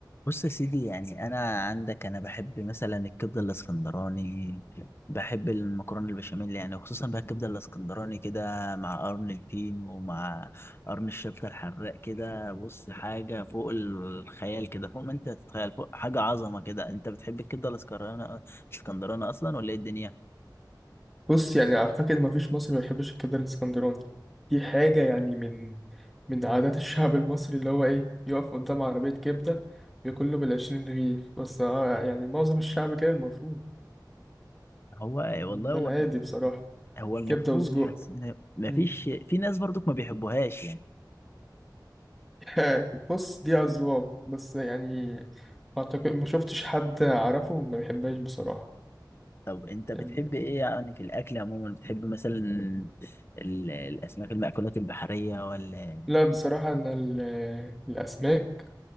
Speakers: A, on the left; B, in the centre.
A: بص يا سيدي يعني انا عندك انا بحب مثلا الكبده الاسكندراني بحب المكرونه البشاميل يعني وخصوصا بقى الكبده الاسكندراني كده مع قرن الفين ومع قرن الشطه الحراق كده بص حاجه فوق الخيال كده فوق ما انت تتخيل فوق حاجه عظمه كده انت بتحب الكبده الاسكندراني الاسكندراني اصلا ولا ايه الدنيا
B: بص يعني أعتقد مفيش مصري ما يحبش الكبدة الإسكندراني دي حاجة يعني من من عادات الشعب المصري اللي هو إيه يقف قدام عربية كبدة ياكل له بالعشرين رغيف بس آه يعني معظم الشعب كده المفروض
A: هو
B: يعني
A: والله
B: ده
A: هو
B: العادي بصراحة
A: هو المفروض
B: كبدة وسجق
A: بس مفيش
B: مم.
A: في ناس برضك ما بيحبوهاش يعني
B: <laughs> بص دي أذواق بس يعني أعتقد ما شفتش حد أعرفه ما بيحبهاش بصراحة
A: طب انت بتحب
B: يعني
A: ايه يعني في الاكل عموما بتحب مثلا ال- الاسماك المأكولات البحريه ولا
B: لا بصراحة أنا ال- الأسماك